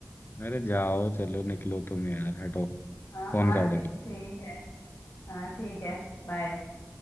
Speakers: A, on the left (about 40°); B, on the left (about 80°).
A: अरे जाओ चलो निकलो तुम यार हटो
B: हाँ
A: फोन
B: हाँ
A: काटो
B: ठी-
A: तुम
B: ठीक है हाँ ठीक है बाय